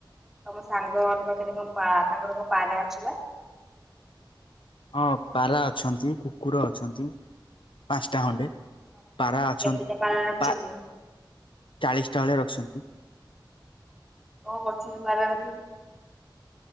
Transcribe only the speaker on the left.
ହଁ ପାରା ଅଛନ୍ତି କୁକୁର ଅଛନ୍ତି। ପାଞ୍ଚଟା ଖଣ୍ଡେ ପାରା ଅଛନ୍
ପା ଚାଳିଶ ଟା ଭେଳିଆ ରଖିଛନ୍ତି।